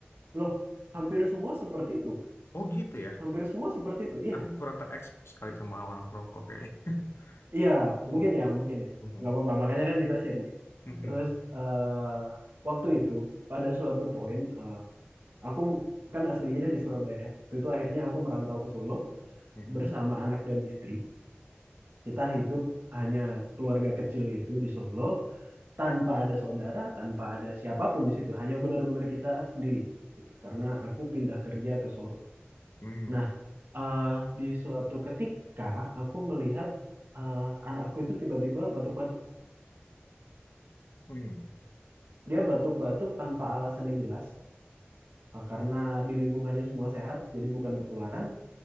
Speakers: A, on the right (about 65°); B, on the left (about 80°).
A: loh. Hampir semua seperti itu kan,
B: Oh gitu ya.
A: hampir semua seperti itu. Iya,
B: Aku kurang terekspos sekali sama orang-orang perokok kayaknya.
A: iya
B: Betul.
A: mungkin ya mungkin ya,
B: Mhm.
A: nggak apa-apa. Makanya kan kita sharing. ya.
B: Mhm.
A: Terus eh waktu itu pada suatu poin eh, Aku kan aslinya di Surabaya. Waktu itu akhirnya aku merantau ke Solo
B: Mhm.
A: bersama anak dan istri. Kita hidup hanya keluarga kecil itu di Solo tanpa ada saudara, tanpa ada siapapun di situ. Hanya benar-benar kita sendiri gitu. Karena aku pindah kerja ke Solo.
B: Mhm.
A: Nah, eh, di suatu ketika aku melihat eh, anakku itu tiba-tiba batuk-batuk.
B: Mhm.
A: Dia batuk-batuk tanpa alasan yang jelas eh, karena di lingkungannya semua sehat, jadi bukan ketularan.